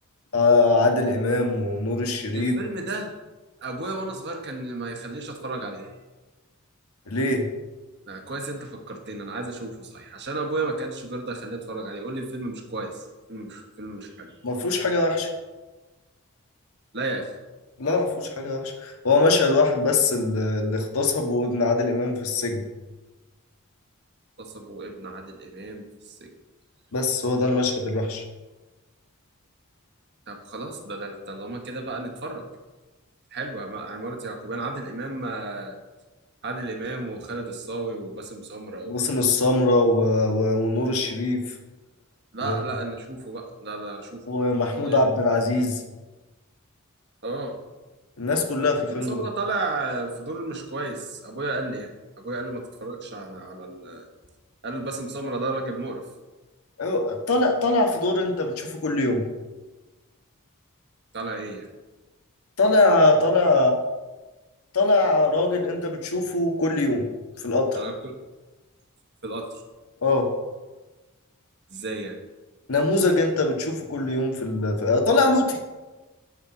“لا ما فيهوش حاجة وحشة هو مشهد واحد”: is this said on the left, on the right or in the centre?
Left